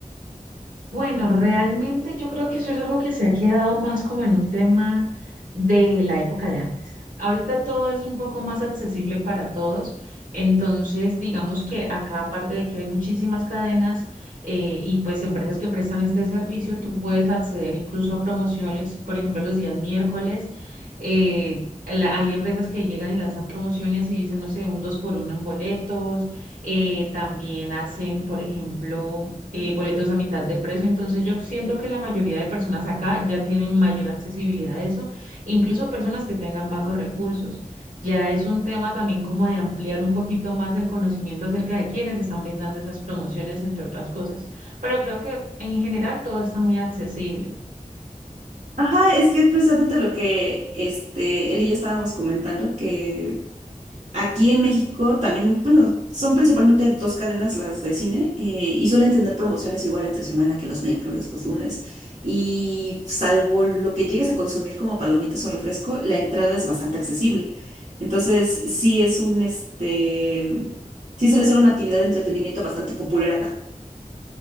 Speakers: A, on the right; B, on the right.
A: Bueno, realmente yo creo que eso es algo que se ha quedado más como en un tema de la época de antes. Ahorita todo es un poco más accesible para todos, entonces digamos que acá aparte de que hay muchísimas cadenas eh, y pues empresas que prestan este servicio, tú puedes acceder incluso a promociones, por ejemplo los días miércoles, eh, la- hay empresas que llegan y lanzan promociones y dicen, no sé, un dos por uno en boletos eh, también hacen, por ejemplo, eh, boletos a mitad de precio. Entonces yo siento que la mayoría de personas acá ya tienen mayor accesibilidad a eso, incluso personas que tengan bajos recursos. Ya es un tema también como de ampliar un poquito más el conocimiento acerca de quiénes están brindando esas promociones, entre otras cosas. Pero creo que en general todo está muy accesible.
B: Ajá, es que es precisamente lo que este, él y yo estábamos comentando, que Aquí en México también, bueno, son principalmente dos cadenas las de cine eh, y suelen tener promociones igual entre semana que los miércoles, los lunes. Y salvo lo que llegues a consumir como palomitas o refresco, la entrada es bastante accesible. Entonces, sí es un, este, sí suele ser una actividad de entretenimiento bastante popular acá.